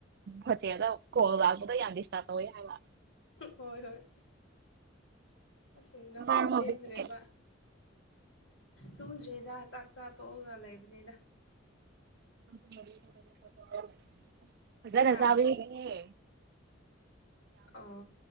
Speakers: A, on the right; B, on the left.
A: ꯍꯣꯇꯦꯜꯒ ꯀꯣꯜ ꯂꯥꯛꯄꯒ ꯌꯥꯝ ꯗꯤꯁꯇꯥꯔꯔꯕ ꯇꯧꯋꯤ ꯍꯥꯏꯕ
B: ꯍꯣꯏ ꯍꯣꯏ ꯑꯁ ꯉꯁꯥꯏꯗ
A: ꯆꯥꯔꯕꯣ
B: ꯄꯦꯟꯗ꯭ꯔꯦꯕ
A: ꯍꯧꯖꯤꯛꯇꯤ
B: ꯇꯨꯝꯗ꯭ꯔꯤꯗ ꯆꯥꯛ ꯆꯥ ꯇꯣꯛꯑꯒ ꯂꯩꯕꯅꯤꯗ
A: ꯆ ꯃꯔꯤ ꯍꯔꯒ ꯇꯧ ꯅꯪꯅ
B: ꯍꯥ
A: ꯆꯥꯕ ꯌꯦꯡꯅꯤꯡꯉꯤꯌꯦ
B: ꯑ